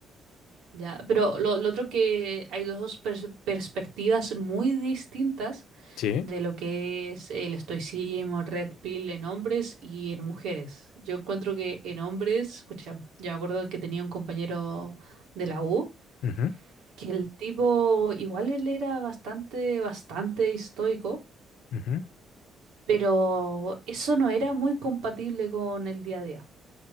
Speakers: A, on the right; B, on the left.
A: Ya, pero lo, lo otro que hay dos pers- perspectivas muy distintas
B: Sí.
A: de lo que es el estoicismo, red pill en hombres y en mujeres. Yo encuentro que en hombres, pucha, yo me acuerdo que tenía un compañero de la U,
B: ujú,
A: que el tipo igual él era bastante, bastante estoico,
B: ujú.
A: pero eso no era muy compatible con el día a día,